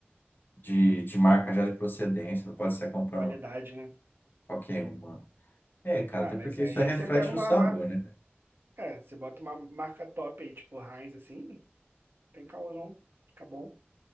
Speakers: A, on the left (about 55°); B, on the right (about 60°).
A: de, de marca já de procedência, não pode sair comprando
B: qualidade, né?
A: qualquer uma. É, cara,
B: Ah,
A: até
B: mas
A: porque
B: aí
A: isso aí reflete
B: você pega uma
A: no sabor,
B: marca.
A: né? cara?
B: É, você bota uma marca top aí, tipo Heinz, assim. tem caô, não. Fica bom.